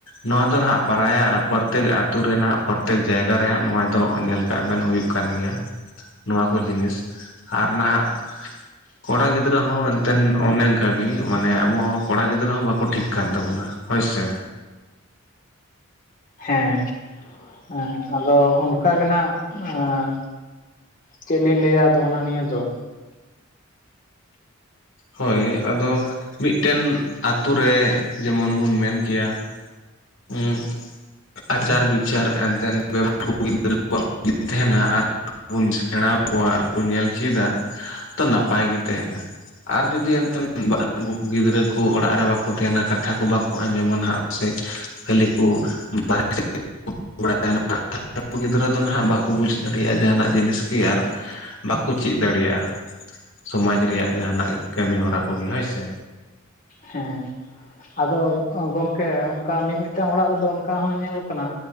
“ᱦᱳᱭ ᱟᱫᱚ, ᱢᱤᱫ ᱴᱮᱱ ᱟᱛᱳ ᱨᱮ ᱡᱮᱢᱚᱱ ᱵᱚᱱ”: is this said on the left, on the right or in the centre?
Left